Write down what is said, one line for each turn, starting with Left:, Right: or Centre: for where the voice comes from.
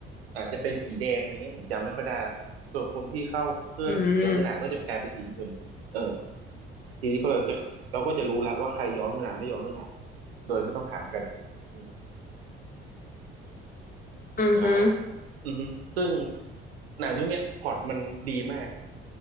Right: อาจจะเป็นสีแดงอะไรเงี้ยผมจำไม่ค่อยได้ละส่วนคนที่เข้าเครื่องย้อนเวลาก็จะกลายเป็นสีน้ำเงินเออ
Left: อืม
Right: ทีนี้ก็เราจะเราก็จะรู้ละว่าใครย้อนเวลาไม่ย้อนเวลาโดยไม่ต้องถามกันอืม
Left: อือฮึ
Right: เอ่ออือฮึซึ่งหนังเรื่องเนี้ยพล็อตมันดีมาก